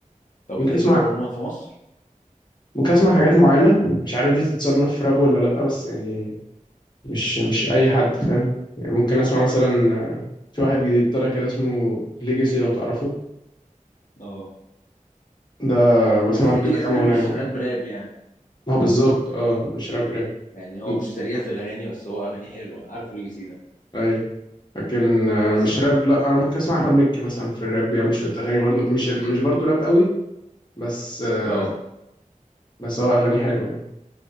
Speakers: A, on the left; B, on the left.
A: طب
B: ممكن
A: بتحب
B: اسمع
A: الراب عموما في مصر
B: ممكن اسمع حاجات معينه مش عارف دي تتصنف راب ولا لا بس يعني مش مش اي حد فاهم يعني ممكن اسمع مثلا آه، في واحد جديد طلع كده اسمه ليجاسي لو تعرفه
A: اه
B: ده بسمع
A: بس
B: له
A: ليجاسي
B: كده كام
A: ده
B: اغنيه
A: مش راب راب يعني
B: ما هو بالظبط اه مش راب راب
A: يعني هو
B: ممكن
A: مش سريع في الاغاني بس هو اغاني حلوه انا عارفه ليجاسي ده
B: اي لكن آه،
A: بس
B: مش راب لا انا ممكن اسمع احمد مكي مثلا في الراب بيعمل شويه اغاني برضو مش مش برضو راب قوي بس آه،
A: اه
B: بس هو اغاني حلوه يعني